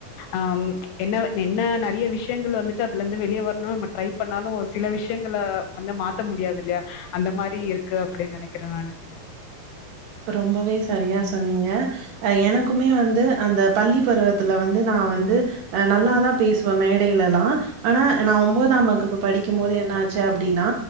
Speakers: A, on the left (about 80°); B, on the right (about 70°).
A: அம் என்ன என்ன நிறைய விஷயங்கள் வந்துட்டு அதுல இருந்து வெளியே வரணும் நம்ம ட்ரை பண்ணாலு ஒரு சில விஷயங்கள வந்து மாத்த முடியாதுல்லயா அந்த மாதிரி இருக்கு அப்டின்னு நினைக்கிறே நானு
B: ரொம்பவே சரியா சொன்னீங்க அ எனக்குமே வந்து அந்த பள்ளி பருவத்துல வந்து நா வந்து அ நல்லாதா பேசுவே மேடையிலலா ஆனா நா ஒன்பதாம் வகுப்பு படிக்கும் போது என்னாச்சு அப்டின்னா